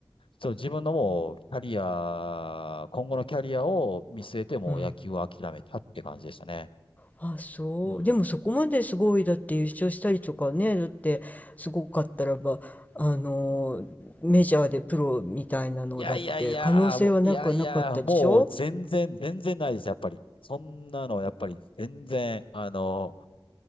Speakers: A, on the left; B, on the left.
A: そう、自分のもうキャリア、今後のキャリアを見据えてもう野球を諦めたって感じでしたね。
B: うん。あ、そう。
A: うん。
B: でもそこまですごい、だって優勝したりとかね、だってすごかったらば、あの、メジャーでプロみたいなのだって可能性はなくはなかったでしょ
A: いやいやいや、もういやいや、もう全然、全然ないです、やっぱり。そんなの、やっぱり全然、あの、